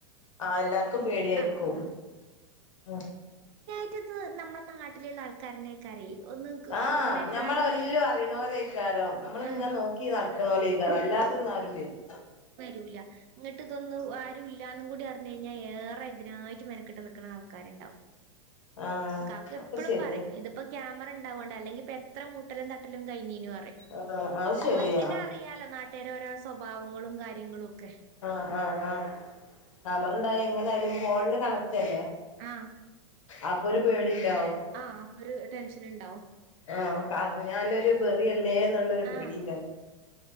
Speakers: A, on the left (about 80°); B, on the right (about 50°).
A: ആ എല്ലാർക്കും പേടിയായിരിക്കും
B: ആഹ്
A: ഉം
B: മറ്റത് നമ്മളെ നാട്ടില്ള്ള ആൾക്കാരന്നെ ക്കാരേ ഒന്ന്
A: ആഹ്
B: ഇങ്ങനെ
A: ഞമ്മളെല്ലും
B: കാര്യങ്ങള്
A: അറീണോരേക്കാരം നമ്മളിങ്ങ
B: ആഹ്
A: നോക്കി ക്കി നടക്കണോലേക്കാരം അല്ലാതെന്നും ആരും വരൂ
B: വരൂല ഇന്നട്ട് ഇതൊന്നു ആരും ഇല്ലാന്നും കൂടി അർഞ്ഞയ്ഞ്ഞാ ഏറെ ഇതിനായിട്ട് മെനക്കെട്ട് നിക്ക്‌ണ ആൾക്കാര്ണ്ടാവും.
A: ആഹ്
B: കാക്കു എപ്പളും
A: ഒക്കെ ശരിയാ
B: പറീം ഇ പ്പൊ ക്യാമറ ഇണ്ടാവോണ്ട അല്ലെങ്കിപ്പോ എത്ര മൂട്ടലും തട്ടലും കയ്ഞ്ഞീഞ്ഞുറയും.
A: ആഹ് അത് ശരിയാ
B: ഓൽക്കന്നെ അറി യാലോ നാട്ടേരേ ഓരോരോ സ്വഭാവങ്ങളും കാര്യങ്ങളും ഒക്കെ.
A: ആഹ് ആഹ് ആഹ് ക്യാമറണ്ടായ എങ്ങനായാലും ഫോണില് കണക്റ്റല്ലേ?
B: ആഹ്
A: അപ്പൊരു പേടിണ്ടാവും.
B: ആഹ് അപ്പൊരു ടെൻഷന്ണ്ടാവും
A: ആഹ് പറഞ്ഞാലൊരു ബെറിയല്ലേന്നുള്ളൊരു പേടീണ്ടാവും.
B: ആഹ്